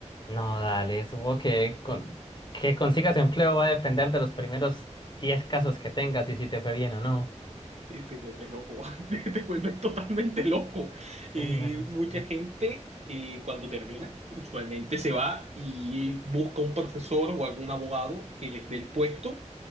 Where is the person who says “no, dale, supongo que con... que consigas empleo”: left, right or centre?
Left